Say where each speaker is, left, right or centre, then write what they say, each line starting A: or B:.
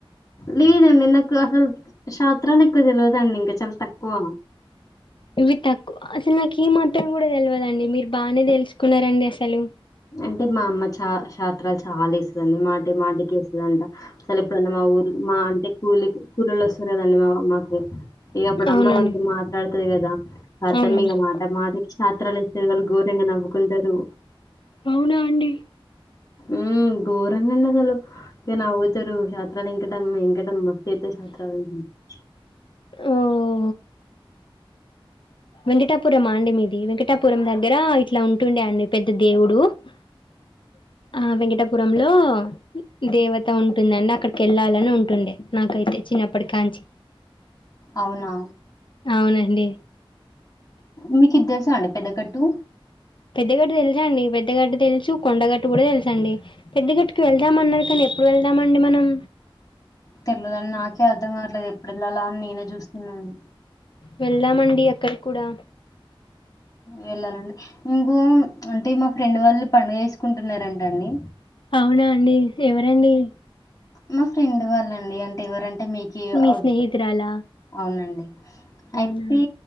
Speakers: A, on the left; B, on the left.
A: లేదండి నాకు అసలు షాత్రాలు ఎక్కువ తెలవదండి. ఇంకా చాలా తక్కువ
B: ఇవి తక్కువ అసలు నాకు ఈ మాత్రం కూడా తెలివదండి మీరు బాగానే తెలుసుకున్నారండి. అసలు
A: అంటే మా అమ్మ చా చాత్రాలు చాలా వేసే దండి మాటి మాటికి వేస్తదంట అసలు ఎప్పుడన్నా మా ఊర్ మా అంటే కూలి కూలీలు వస్తారు కదా అండి మా మాకు ఇగ అప్పుడు
B: అవునండి
A: అమ్మ వాళ్ళతో మాట్లాడతది కదా కథం
B: అవునండి
A: ఇగ మాట మాట షాత్రాలు వేస్తే వాళ్ళు ఘోరంగా నవ్వుకుంటారు
B: అవునా అండి
A: ఉ గొరంగాన్న వాళ్ళు <unintelligible> ఇగా నావ్వుతారు శాశ్రాలవెంకటమ్మ వెంకటమ్మ పెద్ద శాస్త <unintelligible>
B: మ్ వెంకటాపురం అండి మాది వెంకటాపురం దగ్గర ఇట్లా ఉంటుండే అండి పెద్ద దేవుడు <inaudible> ఆ వెంకటాపురంలో దేవత ఉంటుందండి అక్కడికి వెళ్ళాలని ఉంటుండే నాకైతే చిన్నప్పటి కాంచి
A: అవునా
B: అవునండి
A: మీకి ఇది తెలుస అండి పెద్ద గట్టు
B: పెద్ద గడ్టు తెలుస అండి పెద్ద గడ్టు తెలుసు కొండగట్టు కూడా తెలుసండి పెద్ద గట్టుకి వెళ్దామ అన్నారు కానీ ఎప్పుడు వెళ్దామండి మనం
A: తెలియదు అండి నాకే అర్థం కావట్లేదు ఎప్పుడు వెళ్ళాలా అని నేనే చూస్తున్నాను
B: వెళ్దామండి అక్కడికి కూడా
A: వెళ్ళాలండి ఇంకో అంటే మా ఫ్రెండ్ వాళ్ళు పండగ చేసుకుంటున్నారంట అండి
B: అవునా అండి ఎవరండి
A: మీ ఫ్రెండ్ వాళ్ళండి అంటే ఎవరంటే మీకు
B: మీ
A: అ
B: స్నేహితురాలా
A: అవునండి అయితే
B: అవునా